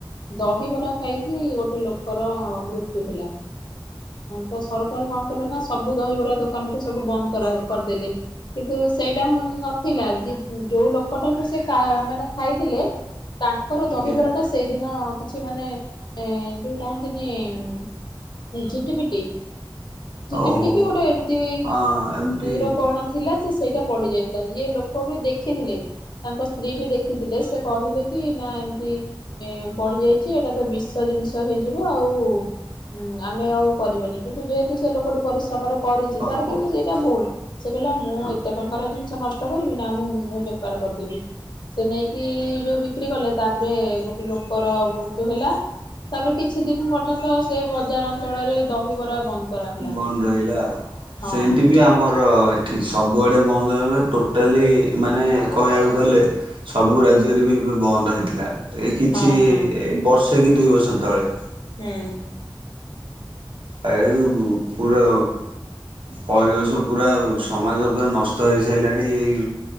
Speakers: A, on the left; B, on the right.
A: ଦହିବରା ଖାଇକି ଗୋଟେ ଲୋକର ମୃତ୍ୟୁ ହେଲା ତ ସରକାର କଣ କଲେ ନା ସବୁ ଦହିବରା ଦୋକାନକୁ ସବୁ ବନ୍ଦ କରା କରିଦେଲେ। କିନ୍ତୁ ସେଇଟା ନଥିଲା ଯେ ଯୋଉ ଲୋକଟାଠୁ ସେ କା ମାନେ ଖାଇଥିଲେ ତାଙ୍କର ଦହିବରା
B: ଆଜ୍ଞା।
A: ଟା ସେଇଦିନ କିଛି ମାନେ ଏ ଯୋଉ କହନ୍ତିନି ଝିଟି ପିଟି ଝିଟି
B: ଓହୋ
A: ପିଟି କି ଗୋଟେ ଏମିତି
B: ହଁ ଏମିତି
A: ର କଣ ଥିଲା ସେ ସେଇଟା ପଡି ଯାଇଥିଲା ଇଏ ଲୋକ ବି ଦେଖିଥିଲେ ତାଙ୍କ ସ୍ତ୍ରୀ ବି ଦେଖିଥିଲେ ସେ କହିଲେ କି ନା ଏମିତି ଏ ପଡି ଯାଇଚି ଏଇଟା ତ ବିଷ ଜିନିଷ ହେଇଯିବ ଆଉ ହୁଁ ଆମେ ଆଉ କରିବନି କିନ୍ତୁ ଯେହେତୁ ସେ ଲୋକଟି ପରିଶ୍ରମରେ କରିଚି
B: ଓହୋ
A: ତାର କିନ୍ତୁ ସେଇଟା ଭୁଲ ସେ କହିଲା ମୁଁ
B: ହଁ।
A: ଏତେ ଟଙ୍କାର ଜିନିଷ ନଷ୍ଟ କରିବି। ନା ମୁଁ ମୁଁ ବେପାର କରିଦେବି ସେ ନେଇକି ଯୋଉ ବିକ୍ରି କଲେ ତାପରେ ଗୋଟେ ଲୋକର ମୃତ୍ୟୁ ହେଲା। ତାପରେ କିଛି ଦିନି ପର୍ଯ୍ୟନ୍ତ ସେ ବଜାର ଅଞ୍ଚଳରେ ଦହିିବରା ବନ୍ଦ। କରାହେଲା
B: ବନ୍ଦ ରହିଲା ଆଉ
A: ହଁ
B: ସେମିତି ବି ଆମର ଏଠି ସବୁଆଡ଼େ ବନ୍ଦ ହେଇଗଲା। ଟୋଟାଲି ମାନେ କହିବାକୁ ଗଲେ ସବୁ ରାଜ୍ୟରେ ବି ଏବେ ବନ୍ଦ ହେଇଥିଲା। ଏଇ କିଛି
A: ହଁ ହଁ
B: ଏ ବର୍ଷେ କି ଦୁଇ ବର୍ଷ ତଳେ।
A: ହୁଁ।
B: ହଁ <unintelligible> ପୁରା। ପରିବେଶ ପୁରା ସମାଜ ପୁରା ନଷ୍ଟ ହେଇସାରିଲାଣି ଏଇ